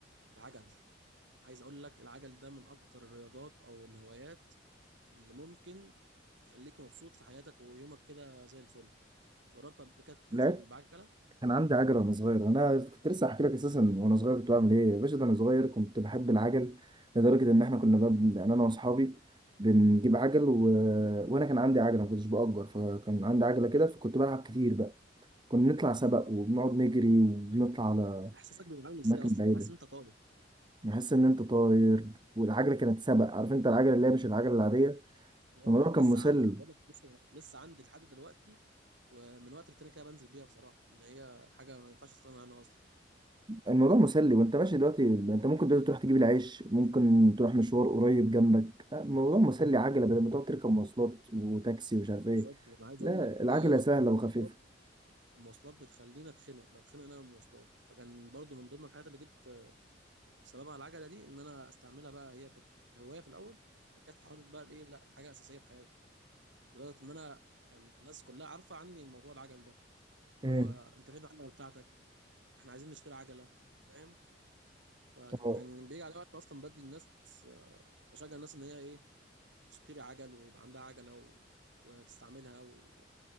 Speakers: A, on the right; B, on the right.
A: العجل عايز اقول لك العجل ده من اكتر الرياضات او الهوايات اللي ممكن تخليك مبسوط في حياتك ويومك كده زي الفل جربت قبل كده تنزل
B: لعبت
A: بعجله
B: كان عندي عجلة وانا صغير انا كنت لسه هحكي لك اساسا وانا صغير كنت بعمل ايه يا باشا ده انا صغير كنت بحب العجل لدرجة ان احنا كنا بب... يعني انا واصحابي بنجيب عجل و... وانا كان عندي عجلة ما كنتش بأجر فكان عندي عجلة كده فكنت بلعب كتير بقى كنا نطلع سبق
A: اه
B: وبنقعد نجري وبنطلع على
A: احساسك بيبقى عامل ازاي
B: اماكن
A: اصلا
B: بعيدة
A: بتحس ان انت طاير
B: بحس ان انت طاير والعجلة كانت سبق عارف انت العجلة اللي هي مش العجلة العادية
A: اه
B: الموضوع
A: لسه
B: كان مسلي
A: ع- بقولك لسه لسه عندي لحد دلوقتي ومن وقت للتاني كده بنزل بيها بصراحه ان هي حاجه ما ينفعش استغنى عنها اصلا
B: الموضوع مسلي وانت ماشي دلوقتي انت ممكن دلوقتي تروح تجيب العيش ممكن تروح مشوار قريب جنبك آه، الموضوع مسلي عجلة بدل ما تقعد تركب مواصلات وتاكسي ومش عارف
A: بالظبط
B: ايه
A: انا عايز
B: لا
A: اقول لك
B: العجلة
A: هي اصلا
B: سهلة
A: المواصلات
B: وخفيفة
A: المواصلات بتخليني اتخنق بتخنق انا من المواصلات فكان برضو من ضمن الحاجات اللي جبت بسببها العجله دي ان انا استعملها بقى هي كانت هوايه في الاول فكانت حاولت بقى ايه لا حاجه اساسيه في حياتي لدرجه ان انا كان الناس كلها عارفه عني الموضوع العجل ده اللي
B: امم
A: هو انت فين العجله بتاعتك احنا عايزين نشتري عجله فاهم فكان
B: اه
A: بيجي على وقت اصلا بدي الناس آه، بشجع الناس ان هي ايه تشتري عجل ويبقى عندها عجله و... وتستعملها و...